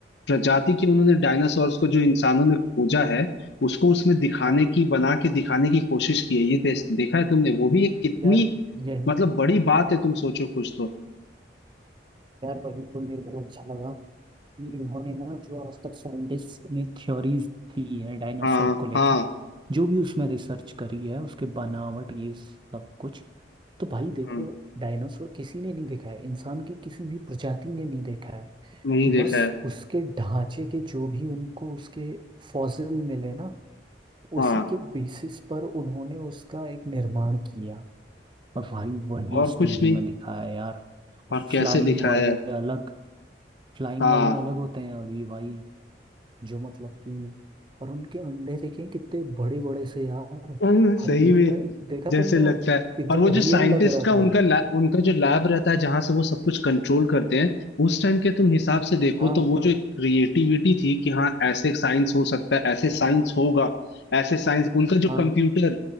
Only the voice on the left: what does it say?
प्रजाति के उन्होंने डायनासोर्स को जो इंसानों ने खोजा है उसको उसमें दिखाने
की बना के दिखाने की कोशिश की है ये दे, देखा है तुमने वो भी एक कितनी
मतलब बड़ी बात है तुम सोचो कुछ तो
हाँ
हाँ
हम्म,
नहीं देखा
है
हाँ
और
कुछ नहीं
और
कैसे दिखाया
है
हाँ
<laughs>
सही
में
जैसे
लगता
है
और वो जो
साइंटिस्ट
का
उनका ला, उनका जो लैब रहता है जहां से वो सब कुछ कंट्रोल करते हैं उस टाइम के तुम हिसाब से देखो
तो वो जो एक क्रिएटिविटी थी कि हाँ ऐसे साइंस हो सकता है ऐसे साइंस होगा ऐसे साइंस उनका जो
कंप्यूटर